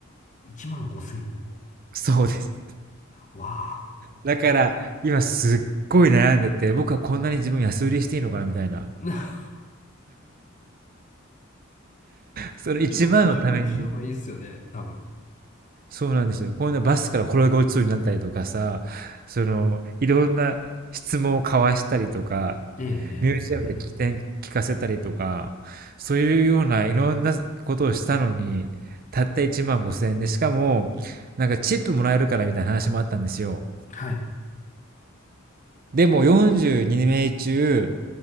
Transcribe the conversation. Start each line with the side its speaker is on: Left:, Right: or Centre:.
Left: 1万5千円。
Right: そうです。
Left: わあ。
Right: だから、今すっごい悩んでて、僕はこんなに自分安売りしていいのかなみたいな。
Left: <laughs>
Right: その1万のために、
Left: ちょっと交渉した方がいいですよね、多分。
Right: そうなんですよ。こんなバスから転げ落ちそうになったりとかさ、その、いろんな質問を交わしたりとか、
Left: ええ、ええ、
Right: ミュージアムで聞
Left: ええ。
Right: き聞かせたりとか、そういうようないろんなことをしたのに、たった1万5千円で、しかも、なんかチップもらえるからみたいな話もあったんですよ。
Left: はい。
Right: でも42名中、